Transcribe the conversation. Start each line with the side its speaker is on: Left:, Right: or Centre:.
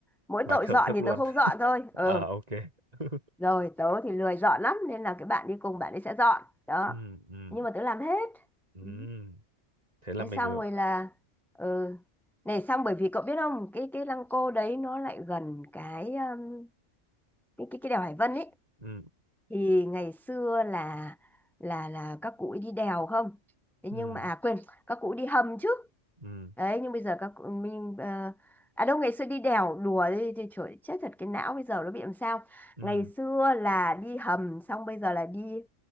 Centre: mỗi
Right: và
Centre: tội
Right: thưởng
Centre: dọn
Right: thức
Centre: thì
Right: luôn
Centre: tớ không dọn thôi
Right: à
Centre: ừ
Right: ok <laughs>
Centre: rồi tớ thì lười dọn lắm nên là cái bạn đi cùng bạn ấy sẽ dọn đó
Right: ừ ừ
Centre: nhưng mà tớ làm hết
Right: ừ
Centre: Ừ.
Right: thế là
Centre: thế
Right: mình
Centre: xong
Right: ừ
Centre: rồi là ừ này xong bởi vì cậu biết không cái cái lăng cô đấy nó lại gần cái um, cái cái cái đèo Hải Vân ý
Right: ừ
Centre: thì ngày xưa là là là các cụ ấy đi đèo không thế
Right: ừ
Centre: nhưng mà à quên các cụ đi hầm chứ
Right: ừ
Centre: đấy nhưng bây giờ các cụ mình ờ, à đâu ngày xưa đi đèo đùa đi thì trời chết thật cái não bây giờ nó bị làm sao
Right: ừ
Centre: ngày xưa là đi hầm xong bây giờ là đi